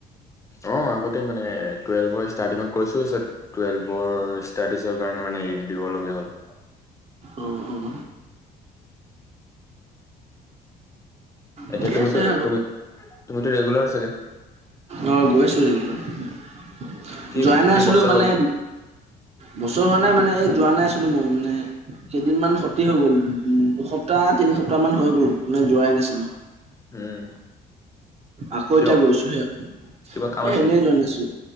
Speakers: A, on the left; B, on the right.
A: অ আগতেই মানে টুৱেল্ভৰ ষ্টাৰ্টিঙত কৰিছিলোঁ চ টুৱেল্ভৰ ষ্টাডিছৰ কাৰণে মানে এৰি দিবলগীয়া হ'ল।
B: উম উম।
A: এতিয়া
B: ঠিকে
A: তুমিটো
B: আছে আৰু
A: তুমি তুমিটো ৰেগুলাৰ চাগে?
B: অ গৈছিলো <unintelligible>
A: কেই
B: যোৱাই নাই
A: কেইবছৰ
B: আছিলো মানে
A: হ'ল
B: বছৰ হোৱা নাই মানে এই যোৱা নাই আছিলো বহু দিনে, কেইদিনমান ক্ষতি হৈ গ'ল। উম, দুসপ্তাহ, তিনি সপ্তাহমান হৈ গ'ল মানে যোৱাই নাছিলোঁ।
A: উম।
B: আকৌ
A: কিয়?
B: এতিয়া গৈছোহে,
A: কিবা কাম
B: এ
A: আছে
B: এনেই
A: নেকি?
B: যোৱা নাছিলোঁ।